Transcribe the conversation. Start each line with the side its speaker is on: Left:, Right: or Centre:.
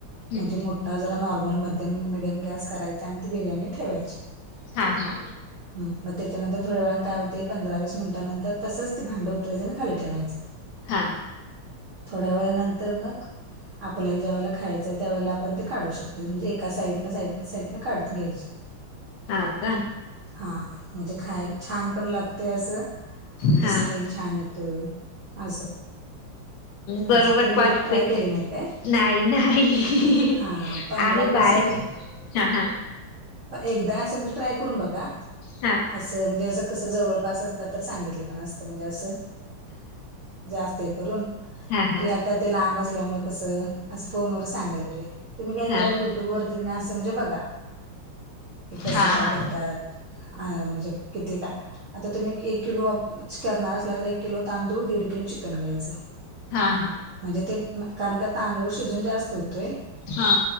Left: हम्म
Right: म्हणजे मोठ जरा नॉर्मल मध्यम मि डियम गॅस करायचा आणि ती बिर्याणी ठेवायची.
Left: हा हा.
Right: ह मग त्याच्यानंतरथड्या वेळाला काय होते पंधरावीस मिनिटांंतर तसंच ते भांड उतरायच आणि खाली ठेवायचं.
Left: हा.
Right: थोड्या वेळ नंतर मग आपल्याला ज्या वळेला खायचंय त्यावेळेला आपण ते काढू शकतो म्हणजे एका साईड ना साईड साईड काढून घ्यायची.
Left: हा का.
Right: हा म्हणजे खायला छान पण लागते असं म्हणजे
Left: हा
Right: स्मेल छान येतोय असं.
Left: बरोबर
Right: असं तुम्ही
Left: परफेक्ट
Right: कधी ट्राय केली नाही काय?
Left: नाही नाही
Right: हा पंधरा
Left: आम्ही
Right: वीस
Left: बाहेर
Right: मिनिट
Left: हा हा.
Right: एकदा असं म्हणजे ट्राय करून बघा.
Left: हा.
Right: असं म्हणजे असं कसं जवळपास असतात तर सांगितलं पण असतं म्हणजे असं. जास्त करून
Left: हा हा
Right: कि आता ते लांब असल्यामुळे कसं. असं फोनवर सांगायला पाहिजे तुम्ही काय
Left: हा हा
Right: करा युट्यूब वरती ना असं म्हणजे बघा. कि कसं
Left: हा
Right: काय
Left: हा
Right: करतात अ म्हणजे किती काय आता तुम्ही एक किलो करणार असला तर एक किलो तांदूळ दीड किलो चिकन घ्यायचं.
Left: हा
Right: म्हणजे ते कारण का तांदूळ शिजून जास्त होतोय.
Left: हा.